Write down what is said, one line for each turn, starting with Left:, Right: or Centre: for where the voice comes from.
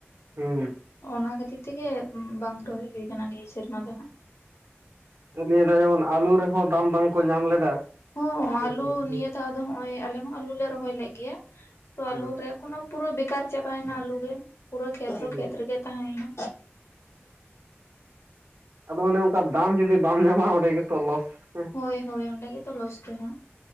Right: ᱦᱩᱸ᱾
Left: ᱚᱱᱟ ᱠᱷᱟᱹᱛᱤᱨ ᱛᱮ ᱜᱮ ᱵᱟᱝ ᱨᱚᱦᱚᱭ ᱦᱩᱭ ᱠᱟᱱᱟ ᱱᱤᱭᱟᱹ ᱥᱮᱨᱢᱟ ᱫᱚ ᱦᱟᱸᱜ᱾
Right: ᱱᱤᱭᱟᱹ ᱫᱷᱟᱣ ᱡᱮᱢᱚᱱ ᱟᱹᱞᱩ ᱨᱮᱦᱚᱸ ᱫᱟᱢ ᱵᱟᱝ ᱠᱚ ᱧᱟᱢ ᱞᱮᱫᱟ᱾
Left: ᱦᱚᱸ
Right: ᱦᱮᱸ
Left: ᱟᱞᱩ
Right: ᱥᱮ ᱵᱟᱝ
Left: ᱱᱤᱭᱟᱹ ᱫᱷᱟᱣ ᱫᱚ ᱦᱚᱸᱜ ᱚᱭ ᱟᱞᱮ ᱦᱚᱸ ᱟᱞᱩ ᱞᱮ ᱨᱚᱦᱚᱭ ᱞᱮᱫ ᱜᱮᱭᱟ᱾ ᱛᱚ ᱟᱞᱩ
Right: ᱦᱩᱸ
Left: ᱨᱮ ᱠᱚᱱᱳ ᱯᱩᱨᱟᱹ ᱵᱮᱠᱟᱨ ᱪᱟᱵᱟᱭ ᱮᱱᱟ ᱟᱞᱩ ᱜᱮ, ᱯᱩᱨᱟᱹ ᱠᱷᱮᱛ
Right: ᱦᱩᱸ
Left: ᱫᱚ ᱠᱷᱮᱛ ᱨᱮ ᱜᱮ ᱛᱟᱦᱮᱸᱭᱮᱱᱟ᱾
Right: ᱟᱫᱚ ᱚᱱᱮ ᱚᱱᱠᱟ ᱫᱟᱢ ᱡᱩᱫᱤ ᱵᱟᱢ ᱧᱟᱢᱟ ᱚᱸᱰᱮ ᱜᱮ ᱛᱚ ᱞᱚᱥ᱾ ᱦᱮᱸ
Left: ᱦᱳᱭ ᱦᱳᱭ ᱚᱸᱰᱮ ᱜᱮᱛᱚ ᱞᱚᱥ ᱫᱚ ᱦᱟᱸᱜ᱾